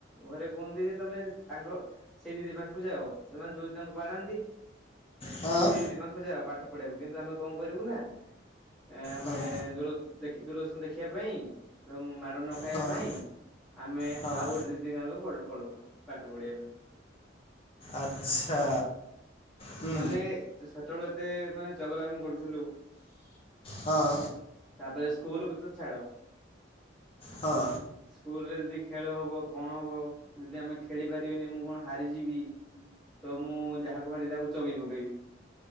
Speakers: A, in the centre; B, on the left.
A: ଘରେ କୁହନ୍ତି ଯେ ତମେ ତାଙ୍କ ସେଇ ଦିଦି ପାଖକୁ ଯାଅ ସେମାନେ ଯୋଉ ଦିଦି ତମକୁ ବାଡାନ୍ତି? <unintelligible>
B: ହଁ
A: <unintelligible>
B: ହଁ ହଁ
A: ଆମେ
B: ହଁ
A: ଆଉ ଗୋଟେ ଦିଦିଙ୍କ ପାଖକୁ ପଳଉ ପାଠ ପଢିବା ପାଇଁ।
B: ଆଚ୍ଛା। ହୁଁ
A: ମାନେ ସେତେବେଳେ ଏତେ ମାନେ ଚଗଲାମି କରୁଥିଲୁ।
B: ହଁ।
A: ତାପରେ ସ୍କୁଲ କଥା ଛାଡ।
B: ହଁ।
A: ସ୍କୁଲରେ ଯଦି ଖେଳ ହବ କଣ ହବ ଯଦି ଆମେ ଖେଳି ପାରିବିନି ମୁଁ କଣ ହାରିଯିବି। ତ ମୁଁ ଯାହାକୁ ପାରିବି ତାକୁ ଚୋବେଇ ପକେଇବି।